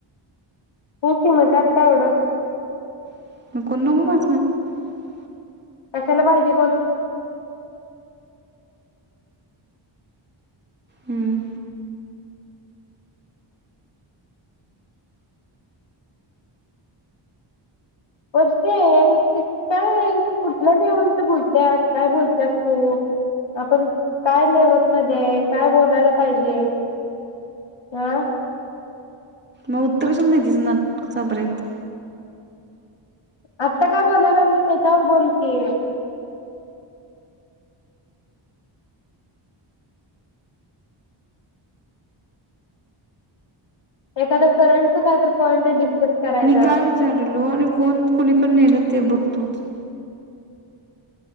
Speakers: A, on the left; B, on the right.
A: हो की म त्यात काय एवढ
B: <unintelligible>
A: कशाला पाहिजे कोण?
B: हं,
A: वर्षा यार ते काय कुठल्या लेवलच बोलतेस काय बोलतस तू आपण काय लेवल मध्ये आहे काय बोलायला पाहिजे अह
B: मग उत्तर असून <unintelligible>
A: आत्ता का बोलायला लागली चल बोल की एखादा करंट कायतरी पॉईंट डिस्कस करायचा
B: मी काय विचारलो आणि कोण कोणीकड नेल ते बघ तूच